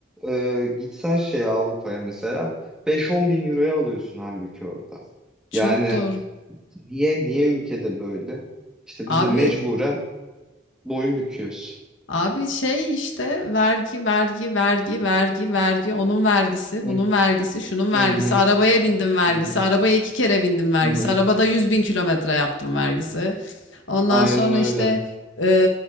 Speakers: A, in the centre; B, on the left.
A: e, gitsen şeye Avrupa'ya mesela 5-10 bin euroya alıyorsun halbuki orada.
B: Çok
A: Yani
B: doğru.
A: niye niye ülkede böyle? İşte
B: Abi
A: biz de mecburen boyun büküyoruz.
B: abi şey işte vergi vergi vergi vergi vergi onun vergisi
A: Hı
B: bunun vergisi şunun vergisi
A: hı hı
B: arabaya bindim vergisi
A: hı hı.
B: arabaya iki kere bindim vergisi
A: hı hı.
B: arabada yüz bin kilometre yaptım vergisi. Ondan
A: Aynen
B: sonra
A: öyle.
B: işte e,